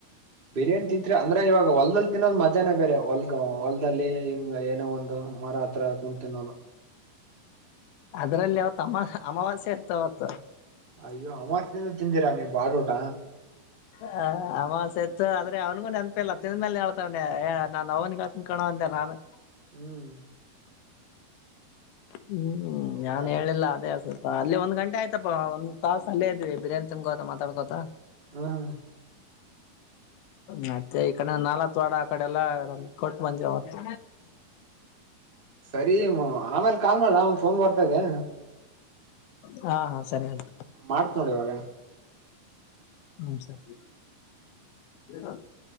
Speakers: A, on the right; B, on the left.
A: ಬಿರಿಯಾನಿ ತಿಂತ್ರಿ ಅಂದ್ರೆ ಇವಾಗ ಹೊಲದಲ್ಲಿ ತಿನ್ನೋದು ಮಜಾನೇ ಬೇರೆ ಹೊಲ್ಗ ಹೊಲ್ದಲ್ಲಿ ಹಿಂಗ ಏನೋ ಒಂದ್ ಒಂದ್ ಮರ ಹತ್ರ ಕುಂತ ತಿನ್ನೋದು
B: ಅದ್ರಲ್ಲಿ ಅವತ್ ಅಮಾ ಅಮಾವಾಸ್ಯ ಇತ್ತು ಅವತ್ತು
A: ಅಯ್ಯೋ ಅವತ್ತ ದಿನ ತಿಂದಿರಾ ನೀವು ಬಾಡ ಊಟ
B: ಹ ಅಮಾವಾಸೆ ಇತ್ತು ಆದ್ರೆ ಅವ್ನಿಗೂ ನೆನಪಿಲ್ಲ ತಿಂದು ಮೇಲೆ ಹೇಳ್ತವನ ನಾನ್ ಅವ್ನಿಗೆ <unintelligible> ನಾನು
A: ಹ್ಮ್
B: ಹ್ಮ್
A: ಹೌದಾ
B: ನಾನ್ ಹೇಳಿಲ್ಲ ಅದೇ ಅದು ಅಲ್ಲೇ ಒಂದ್ ಗಂಟೆ ಆಯ್ತಪಾ ಒಂದ್ ತಾಸ್ ಅಲ್ಲೇ ಇದ್ವಿ ಬಿರಿಯಾನಿ ತಿನ್ಕೋತ ಮಾತಾಡ್ಕೋತಾ
A: ಹ್ಮ್
B: ಮತ್ತೆ <unintelligible> ಆ ಕಡೆ ಎಲ್ಲ ಕೊಟ್ಟ <unintelligible> ಅವತ್ತು
A: ಸರಿ ಆಮೇಲೆ ಕಾಲ್ ಮಾಡ್ಲ ಒಂದ್ ಫೋನ್ ಬರ್ತಾ ಇದೆ.
B: ಹಾ ಹಾ ಸರಿ ಆಯ್ತು
A: ಮಾಡ್ತ್ ನೋಡ್ ಇವಾಗ
B: ಹ್ಮ ಸರಿ <unintelligible>